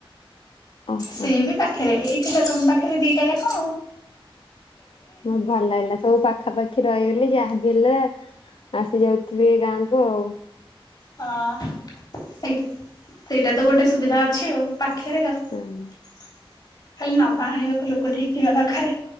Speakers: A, on the left (about 70°); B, on the left (about 45°).
A: ଓହୋ
B: ସିଏବି ପାଖରେ ଏଇଠିତ ତମ ପାଖରେ ଦିଟାଜାକ।
A: ବହୁତ୍ ଭଲ ଲାଗିଲା ସବୁ ପାଖାପାଖି ଆଖି ରହିଗଲେ ଯାହାବି ହେଲା ଆସି ଯାଉଥିବେ ଗାଁକୁ ଆଉ?
B: ହଁ ସେଇ ସେଇଟାତ ଗୋଟେ ସୁବିଧା ଅଛି ଆଉ। ପାଖରେ ଖାଲି
A: ହଁ
B: ନବା ଆଣିବାକୁ ଲୋକ ଠିକ୍ ଥିବା ଦରକାର୍।